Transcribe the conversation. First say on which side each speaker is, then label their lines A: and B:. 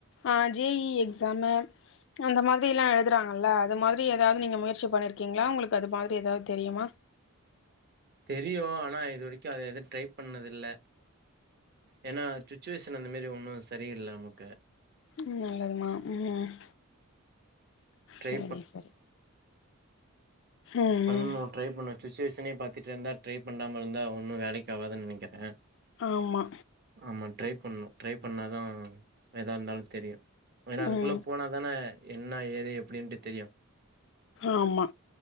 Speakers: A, on the left (about 55°); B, on the right (about 45°).
A: ஆ ஜே இ இ எக்ஸாமு அந்த மாதிரில்லா எழுதுறாங்கல்ல அது மாதிரி ஏதாது நீங்க முயற்சி பண்ணிருக்கீங்களா உங்களுக்கு அது மாதிரி ஏதாது தெரியுமா
B: தெரியு ஆனா இது வரைக்கு அத எதுவு ட்ரை பண்ணதில்ல ஏன்னா சுச்சுவேஷன் அந்த மாரி ஒன்னு சரியில்ல நமக்கு
A: ம் நல்லதுமா ம்
B: ட்ரை
A: சரி சரி ம்
B: பண்ணோ
A: ம்
B: ட்ரை பண்ணு சுச்சுவேஷனே பாத்திட்டு இருந்த ட்ரை பண்ணாம இருந்தா ஒன்னு வேலைக்காவாதுன்னு நெனைக்கறே
A: ஆமா
B: ஆமா ட்ரை பண்ணு ட்ரை பண்ணாதா எதா இருந்தாலு தெரியு ஏன்னா அதுக்குள்ள
A: ம்
B: போனா தானே என்னா ஏது எப்டின்ட்டு தெரியு
A: ஆமா